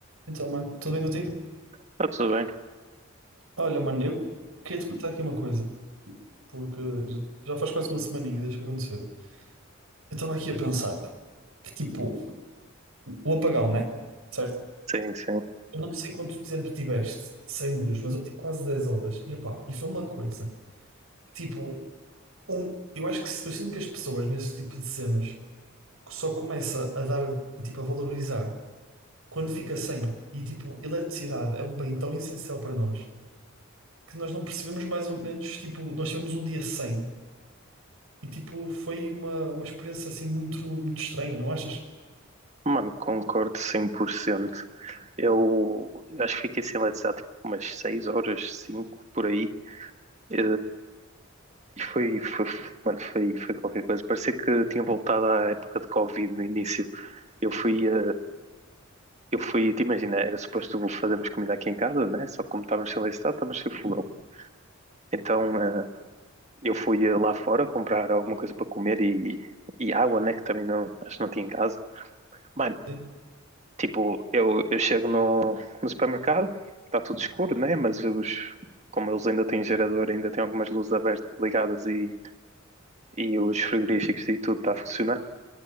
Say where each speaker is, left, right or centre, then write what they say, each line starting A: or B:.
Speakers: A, on the right (about 80°); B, on the right (about 35°).
A: Então, mano, tudo bem contigo?
B: Está tudo bem.
A: Olha, mano, eu queria te perguntar aqui uma coisa, porque já, já faz quase uma semaninha desde que aconteceu. Eu estava aqui a pensar que, tipo, o apagão, né? Certo?
B: Sim, sim.
A: Eu não sei quanto tempo tiveste sem luz, mas eu tive quase 10 horas. E, opá, e foi uma coisa, tipo, um, eu acho que se- eu sinto que as pessoas nesse tipo de cenas só começa a dar, tipo, a valorizar quando fica sem. E, tipo, eletricidade é um bem tão essencial para nós que nós não percebemos mais ou menos, tipo, nós tivemos um dia sem. E tipo, foi uma, uma experiência assim muito, muito estranha, não achas?
B: Mano, concordo 100%. Eu, eu acho que fiquei sem eletricidade há tipo, umas 6 horas, 5 por aí. Eh, E foi, foi, mano, foi, foi qualquer coisa. Parecia que tinha voltado à época de Covid no início. Eu fui, eh, eu fui, te imagina, era suposto fazermos comida aqui em casa, né? Só que como estávamos sem eletricidade, estávamos sem fogão. Então, eh, eu fui eh, lá fora comprar alguma coisa para comer e, e água, né? Que também não, acho que não tinha em casa. Mano,
A: Sim.
B: Tipo, eu, eu chego no, no supermercado, está tudo escuro, né? Mas os, como eles ainda têm gerador, ainda têm algumas luzes abertas, ligadas e, e os frigoríficos e tudo está a funcionar.